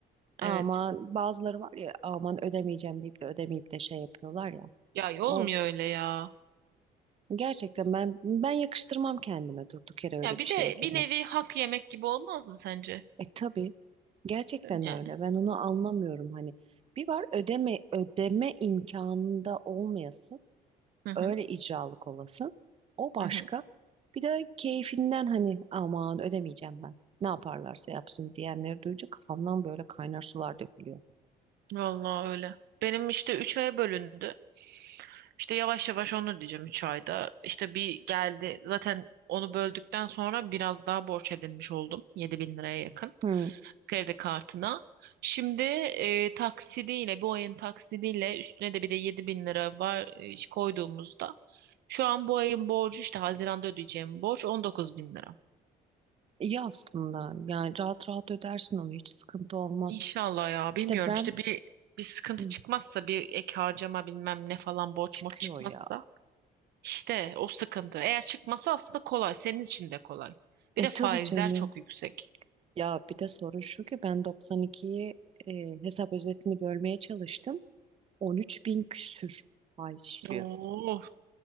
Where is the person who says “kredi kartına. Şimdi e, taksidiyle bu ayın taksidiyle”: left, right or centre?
Right